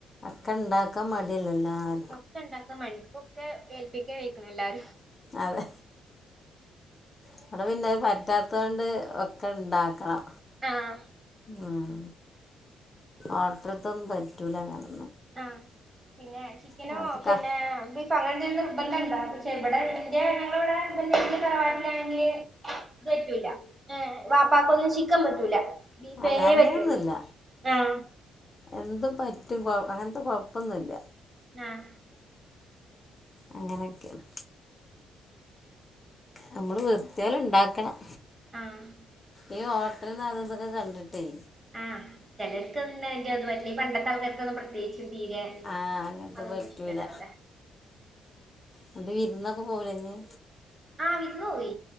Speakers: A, on the left; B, on the right.
A: അക്ക ണ്ടാക്കാ മടിയല്ലെ. ല്ലാർ.
B: ഒക്കെണ്ടാകാൻമടി. പൊക്കെ ഏൽപ്പികലായിക്ണ് എല്ലാരും.
A: അതെ. ഇവിടെ പിന്നെ അത് പറ്റാതോണ്ട് ഒക്കെ ണ്ടാക്കണം.
B: ആഹ്
A: ഉം, ഓട്ടൽത്തൊന്നും പറ്റുല. ങ്ങനെ?
B: ആഹ്, പിന്നെ ചിക്കനോ,
A: അവർക്ക്
B: പിന്നെ
A: ക
B: ബി... പ്പ അങ്ങനന്ത നിർബന്ധണ്ട? പക്ഷെ ഇവിടെ ഇന്റെ, ഞങ്ങളവിടെ ഹസ്ബന്ഡ തറവാട്ടിലാണെങ്കി. തറ്റൂല, ഏ, വാപ്പാക്കൊന്നും ചിക്കം പറ്റൂല. ബീഫേ
A: അത് അങ്ങനൊന്നുമില്ല
B: പറ്റുള്ളൂ. ആഹ്
A: എന്തും പറ്റും. കൊ അങ്ങൻ ത്തെ കൊഴപ്പൊന്നുല്ല.
B: ആഹ്
A: അങ്ങനെക്കെണ്. നമ്മള് വൃത്തിയാലണ്ടാക്കണം.
B: ആഹ്
A: ഈ ഹോട്ടൽന്ന് അതു തോക്കെ കണ്ടിട്ടേ.
B: ആഹ്. ചേലോർക്ക് അയിന്റെ ത് പറ്റ ഈ പണ്ടത്തെ ആൾക്കാർക്കൊന്നും, പ്രത്യേകിച്ചും തീരെ...
A: ആഹ്, അങ്ങനത്തെ
B: അതൊന്നും
A: പറ്റൂല.
B: ഇഷ്ടണ്ടാവൂല
A: ന്നട്ട് വിരുന്നൊക്കെ പോവൂല ഞ്ഞി.
B: ആഹ്, വിര്ന്നൊ വൈ